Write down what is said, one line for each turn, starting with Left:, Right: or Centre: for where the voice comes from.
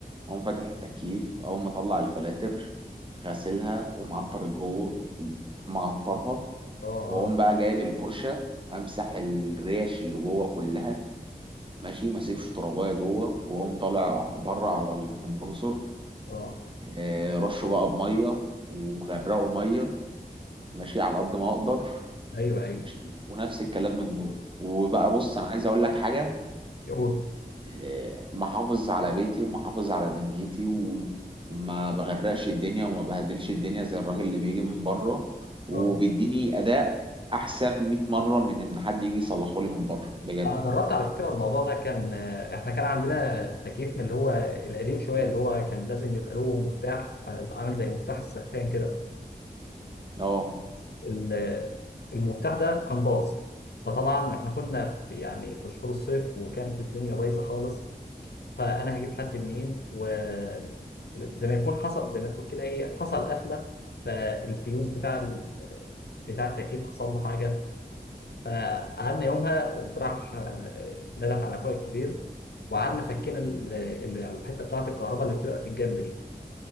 Right: أقوم فاتح التكييف أقوم مطلع الفلاتر غاسلها ومعطر الجو معطرها
Left: اه
Right: وأقوم
Left: اه
Right: بقى جايب الفرشة أمسح الريش اللي جوه كلها ماشي ما سيبش ترابايه جوه وقوم طالع بره على الكمبرسور
Left: اه
Right: آه، رشه بقى بميه ومغرقه ميه ماشي على قد ما اقدر
Left: ايوه ايوه
Right: ماشي ونفس الكلام من جوه وبقى بص انا عايز اقول لك حاجه
Left: قول
Right: آه، محافظ على بيتي ومحافظ على دنيتي وما بغرقش الدنيا وما بهدلش الدنيا زي الراجل اللي بيجي من بره وبيديني
Left: اه
Right: اداء احسن 100 مره من ان حد يجي يصلحه لي من بره بجد
Left: انا جربت على فكره الموضوع ده كان احنا كان عندنا تكييف من اللي هو القديم شويه اللي هو كان لازم يبقى له مفتاح عامل زي مفتاح السخان كده
Right: اه
Left: ال- المفتاح ده كان باظ فطبعا احنا كنا في يعني في شهور الصيف وكانت الدنيا بايظه خالص فانا هجيب حد منين وزي ما يكون حصل زي ما تقول كده ايه حصل قفله فالفيوز بتاع ال... بتاع التكييف حصل له حاجه فقعدنا يومها قمت راح آه، نده على اخويا الكبير وقعدنا فكينا ال- ال- يعني الحته بتاعه الكهرباء اللي بتبقى في الجنب دي